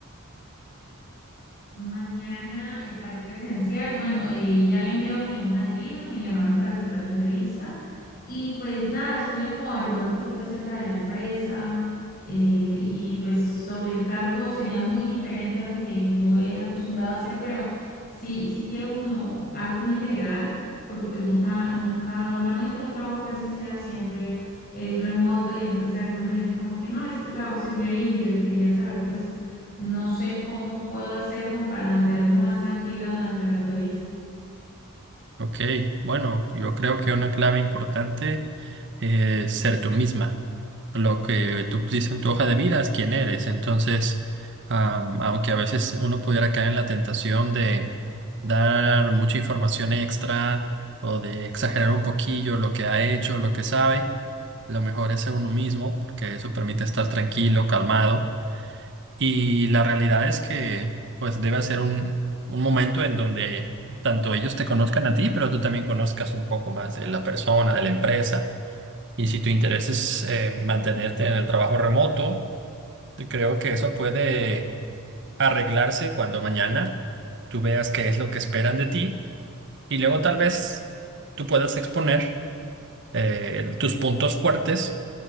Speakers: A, on the left; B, on the right.
A: Mañana estaré presencial. Bueno, eh, ya había enviado mi hoja de vida, me llamaron para citarme a entrevista y pues nada, estuve como averiguando un poquito acerca de la empresa eh, y pues sobre el cargo sería muy diferente a lo que yo he acostumbrado a hacer, pero sí, sí quiero como algo muy general, porque pues nunca, nunca, normalmente no trabajo presencial, siempre es remoto y entonces ahorita me dicen como que no, este trabajo sería híbrido y quería saber pues no sé cómo puedo hacer como para mantenerme más tranquila durante la entrevista.
B: Ok, bueno, yo creo que una clave importante es ser tú misma. Lo que tú pusiste en tu hoja de vida es quién eres. Entonces, am, aunque a veces uno pudiera caer en la tentación de dar mucha información extra o de exagerar un poquillo lo que ha hecho, lo que sabe, lo mejor es ser uno mismo porque eso permite estar tranquilo, calmado y la realidad es que, pues, debe ser un, un momento en donde tanto ellos te conozcan a ti, pero tú también conozcas un poco más de la persona, de la empresa. Y si tu interés es eh, mantenerte en el trabajo remoto, yo creo que eso puede arreglarse cuando mañana tú veas qué es lo que esperan de ti y luego tal vez tú puedas exponer eh, tus puntos fuertes